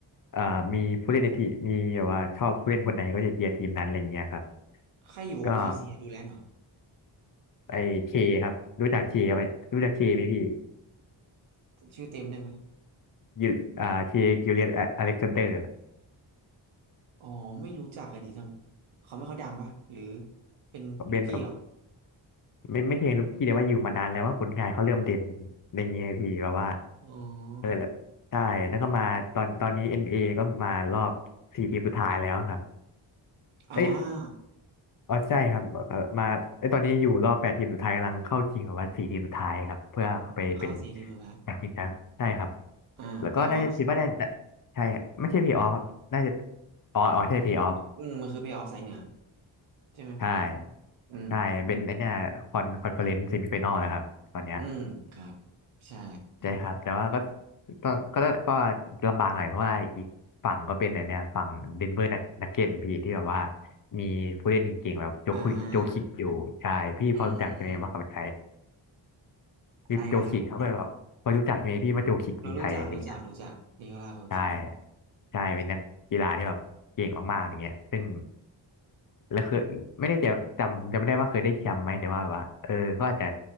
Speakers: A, on the left; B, on the right.
A: อ่ามีผู้เล่นในทีมมีแบบว่าชอบผู้เล่นคนไหนก็จะเชียร์ทีมนั้นอะไรเงี้ยครับ
B: ใครอยู่โอเคซีดูแลนด์เหรอ
A: ก็ไอเคครับรู้จักเคไหมรู้จักเคไหมพี่
B: ชื่อเต็มได้ไหม
A: ยูอ่าเคกิลเลียนอเล็กซานเดอร์
B: อ๋อไม่รู้จักอะดีทั้งเขาไม่ค่อยดังวะหรือเป็นลูกกี้เหรอ
A: เป็นแบบไม่ไม่เชิงลูกกี้แต่ว่าอยู่มานานแล้วว่าผลงานเขาเริ่มเด่นอะไรเงี้ยพี่แบบว่า
B: อ๋อ
A: เออแล้วใช่แล้วก็มาตอนตอนนี้เอ็นเ a ก็มารอบสี่ทีมสุดท้ายแล้วครับ
B: อ่า
A: เอ้ย อ๋อใช่ครับเอ่อมาไอยตอนนี้อยู่รอบแปดทีมสุดท้ายกำลังเข้าชิงกับว่าสี่ทีมสุดท้ายครับเพื่อเข้าไปเป็น
B: เข้าสี่ทีมสุดท้าย
A: แปดทีมครับใช่ครับ
B: อ่าเพย์ออฟ
A: แล้วก็น่าจะคิดว่าได้นใช่ไม่ใช่เพลย์ออฟครับน่าจะอ๋ออ๋อใช่เพลย์ออฟ
B: มันอืมมันคือเพย์ออฟสายเหนือใช่ไหม
A: ใช่
B: อืม
A: ใช่เป็นไอเนี่ยคอนคอนเฟอเรนซ์เซมิไฟแนลนะครับตอนเนี้ย
B: อืมครับใช่
A: ใช่ครับแต่ว่าก็ก็ก็ก็ลำบากหน่อยเพราะว่าอีกฝั่งก็เป็นไอเนี่ยฝั่งเดนเวอร์นักเก็ตพี่ที่แบบว่ามีผู้เล่นเก่งๆแบบโจคุโจคิดอยู่ใช่พี่พอรู้จักใช่ไหมว่าเขาเป็นใคร
B: อ่าอ่าอ่า
A: คือโจคิกเขาก็แบบพอรู้จักใช่ไหมพี่ว่าโจคิกเป็นใครอะไรเงี้ย
B: อะไรนะครับรู้รู้จักรู้จักรู้จักนิโคลาโคคิ
A: ใช่ใช่เป็นนักกีฬาที่แบบเก่งมากๆอะไรเงี้ยซึ่งแล้วคือไม่ได้จะจำผมจำไม่ได้ว่าเคยได้แชมป์ไหมแต่ว่าแบบว่าเออก็อาจจะ